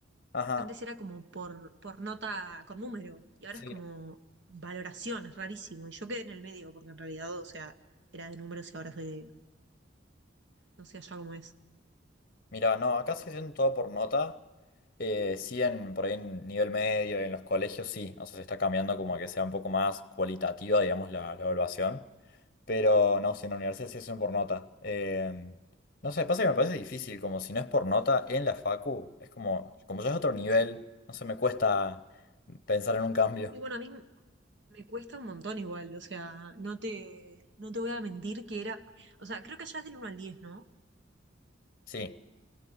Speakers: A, on the left; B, on the right.
A: Ajá,
B: antes era como por, por nota con número y ahora
A: sí.
B: es como valoración, es rarísimo, y yo quedé en el medio porque en realidad, o sea, era de números y ahora soy de, no sé allá cómo es.
A: Mira, no, acá se haciendo todo por nota. Eh, sí, en, por ahí en nivel medio, en los colegios sí. O sea, se está cambiando como a que sea un poco más cualitativa, digamos, la, la evaluación. Pero no, si en la universidad sí hacen por nota. Eh, no sé, pasa que me parece difícil, como si no es por nota en la facu, es como, como ya es otro nivel, no se me cuesta pensar en un cambio.
B: Y bueno, a mí Me cuesta un montón igual, o sea, no te, no te voy a mentir que era, o sea, creo que allá es del uno al 10, ¿no?
A: Sí,